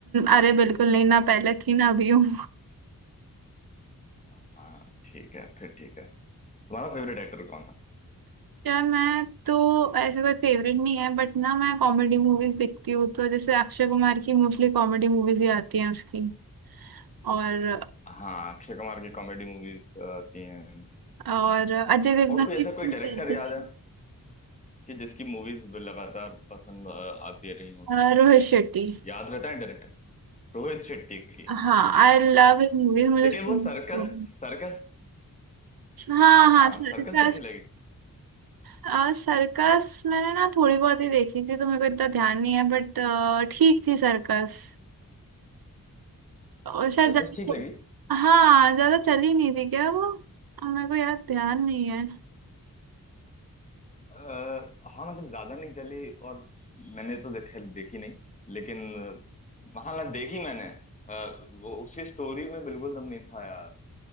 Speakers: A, on the right; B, on the left.
A: अरे बिल्कुल नहीं ना पहले थी ना अभी हूँ
B: हाँ ठीक है फिर ठीक है तुम्हारा फेवरेट एक्टर कौन है
A: <laughs> यार मैं तो ऐसे कोई फेवरेट नहीं है बट ना मैं कॉमेडी मूवीज देखती हूँ तो जैसे अक्षय कुमार की मोस्टली कॉमेडी मूवीज ही आती हैं उसकी और
B: हाँ अक्षय कुमार की कॉमेडी मूवीज आती हैं हम्म,
A: और अजय देवगन
B: और कोई ऐसा
A: की भी
B: कोई डायरेक्टर
A: कुछ रहती
B: याद
A: हैं।
B: है कि जिसकी मूवीज लगातार पसंद अ, आती रही हो तुम्हें
A: अ, रोहित शेट्टी
B: याद रहता है डायरेक्टर रोहित शेट्टी की
A: हाँ आई लव
B: हाँ
A: हिज मूवीज मुझे
B: लेकिन
A: उसको
B: वो सर्कस सर्कस
A: हाँ हाँ
B: हाँ
A: हाँ,
B: सर्कस
A: हाँ,
B: कैसी लगी
A: आ, सर्कस मैंने ना थोड़ी बहुत ही देखी थी तो मेरे को इतना ध्यान नहीं है बट ठीक थी सर्कस और शायद
B: सर्कस
A: ज्यादा
B: ठीक लगी
A: तो, हाँ ज्यादा चली नहीं थी क्या वो आ, मेरे को याद ध्यान नहीं है
B: अ, हाँ मतलब ज्यादा नहीं चली और मैंने तो देख देखी नहीं लेकिन अ, हाँ ना देखी मैंने अ, वो उसकी स्टोरी में बिल्कुल दम नहीं था यार